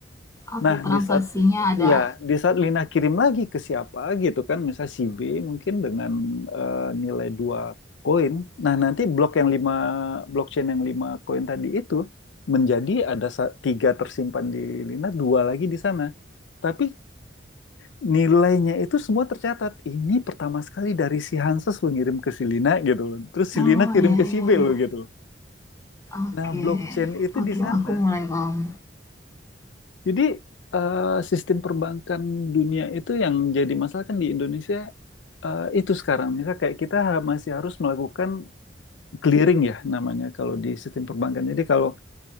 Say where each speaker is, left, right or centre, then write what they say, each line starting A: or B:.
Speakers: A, on the left; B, on the left.
A: Oke,
B: Nah,
A: transaksinya
B: di saat
A: ada.
B: ya, di saat Lina kirim lagi ke siapa gitu kan, misalnya si B mungkin dengan eh, nilai dua koin. Nah, nanti blok yang lima blockchain yang lima koin tadi itu menjadi ada sa- tiga tersimpan di Lina, dua lagi di sana. Tapi nilainya itu semua tercatat. Ini pertama sekali dari si Hanses lo ngirim ke si Lina gitu loh. Terus si
A: Oh
B: Lina kirim
A: iya
B: ke si
A: iya
B: B lo
A: iya.
B: gitu.
A: Oke,
B: Nah, blockchain itu
A: oke,
B: di sana.
A: aku mulai paham.
B: Jadi eh, sistem perbankan dunia itu yang jadi masalah kan di Indonesia eh, itu sekarang misalnya kayak kita ha- masih harus melakukan clearing ya namanya kalau di sistem perbankan. Jadi kalau